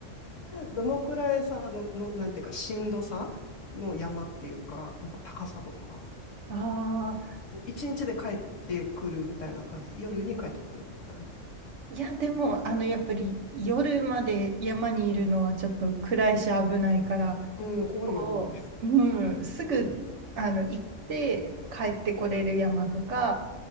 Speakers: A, on the left; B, on the right.
A: どのくらいさ、の、の、なんていうか、しんどさの山っていうか、なんか高さとか、
B: ああ、
A: こう一日で帰ってくるみたいな感じ、夜に帰ってくるみたいな。
B: いや、でも、あの、やっぱり夜まで山にいるのはちょっと暗いし危ないから、
A: うん、怖いよね。
B: こう、うん、すぐ、あの、行って帰ってこれる山とか